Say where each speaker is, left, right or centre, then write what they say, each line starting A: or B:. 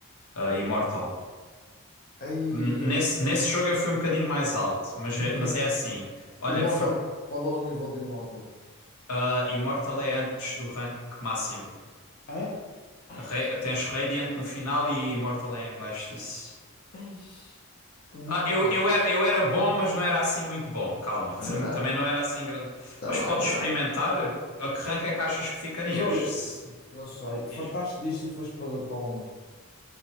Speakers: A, on the left; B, on the left.
A: ah, Immortal.
B: Aí,
A: N-
B: im-
A: Nesse, nesse jogo eu fui um bocadinho mais alto, mas
B: im-
A: é, mas é assim. Olha,
B: Immortal,
A: far-
B: qual é o nível de Immortal?
A: ah, Immortal é antes do rank máximo.
B: É? Ai,
A: Ra- tens Radiant no final e Immortal é em baixo disso.
B: ai, que máquina.
A: Ah, eu, eu era, eu era bom, mas não era assim muito bom. Calma,
B: Ok,
A: tam- também não era assim grande.
B: tá
A: Mas
B: bem,
A: podes
B: já.
A: experimentar. A que rank é que achas que ficarias?
B: Mas olha,
A: Se-
B: f- não sei, fartaste
A: Diz.
B: disto e foste para, para onde?